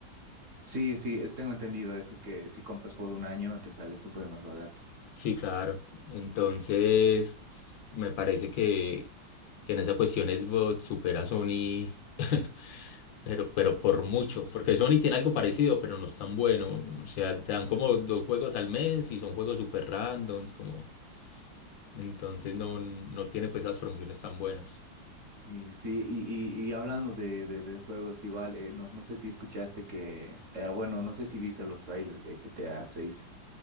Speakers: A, on the right; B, on the left.
A: Sí, sí, eh, tengo entendido eso, que si compras por un año te sale súper más barato.
B: Sí, claro. Entonces, me parece que, que en esa cuestión Xbox supera a Sony, <laughs> pero, pero por mucho, porque Sony tiene algo parecido, pero no es tan bueno. O sea, te dan como dos juegos al mes y son juegos super randoms, como... Entonces no, no tiene pues esas promociones tan buenas.
A: Y sí, y, y, y hablando de, de, de juegos igual, eh, no, no sé si escuchaste que, eh, bueno, no sé si viste los trailers de GTA 6.